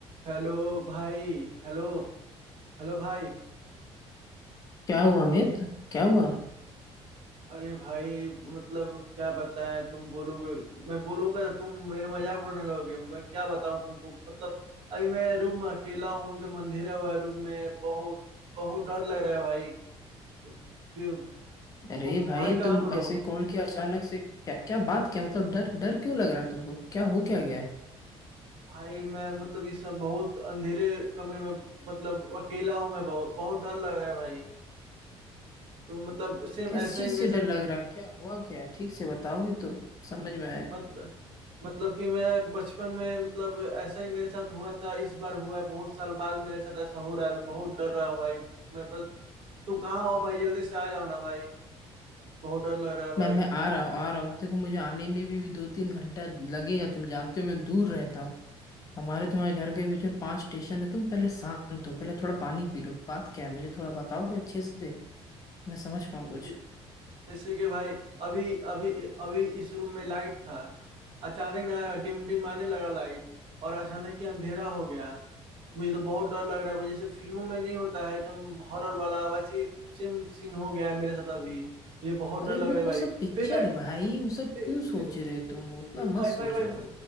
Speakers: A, on the right (about 50°); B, on the left (about 35°).
A: Hello भाई Hello Hello भाई
B: क्या हुआ अमित क्या हुआ
A: अरे भाई मतलब क्या बताएं तुम बोलोगे मैं बोलूंगा तो तुम मेरे मजाक उड़ाने लगोगे मैं क्या बताऊं तुमको मतलब अभी मैं रूम में अकेला हूँ एकदम अंधेरा हुआ है रूम में बहुत बहुत डर लग रहा है भाई कि-
B: अरे
A: तुम
B: भाई
A: भाई कहाँ
B: तुम
A: पर हो
B: ऐसे कॉल किया अचानक से क्या क्या बात क्या मतलब डर डर क्यों लग रहा है तुमको क्या हो क्या गया है?
A: भाई मैं मतलब इस समय बहुत अंधेरे कमरे में मतलब अकेला हूँ मैं बहुत बहुत डर लग रहा है भाई मतलब सेम
B: किस
A: ऐसा
B: चीज
A: ही मेरे
B: से
A: साथ
B: डर लग रहा है क्या हुआ क्या है? ठीक से बताओगे तो समझ में आए
A: मतलब मतलब कि मैं बचपन में मतलब ऐसा ही मेरे साथ हुआ था इस बार हुआ है बहुत साल बाद मेरे साथ ऐसा हो रहा है मैं बहुत डर रहा हूँ भाई मैं बस तुम कहाँ हो भाई जल्दी से आ जाओ ना भाई बहुत डर लग रहा है भाई
B: मैं मैं आ रहा हूँ आ रहा हूँ देखो मुझे आने में भी, भी दो तीन घंटा लगेगा तुम जानते हो मैं दूर रहता हूँ हमारे तुम्हारे घर के बीच में पांच स्टेशन है तुम पहले शांत हो पहले थोड़ा पानी पी लो बात क्या है मुझे थोड़ा बताओगे अच्छे से मैं समझ पाऊँ कुछ
A: ज- जैसे कि भाई अभी अभी अभी इस रूम में लाइट था अचानक ना डिम डिम आने लगा लाइट और अचानक ही अंधेरा हो गया मुझे तो बहुत डर लग रहा है भाई जैसे फिल्मों में नहीं होता है एकदम हॉरर वाला वैसे ही सेम सीन हो गया है मेरे साथ अभी मुझे बहुत डर
B: अरे
A: लग
B: वो
A: रहा है
B: वो
A: भाई
B: सब पिक्चर
A: फिर लाइट
B: है भाई
A: फिर
B: वो सब
A: फिर
B: क्यों सोच
A: फिर
B: रहे हो तुम उतना
A: फिर- भाई
B: मत सोचो
A: भाई भाई फिर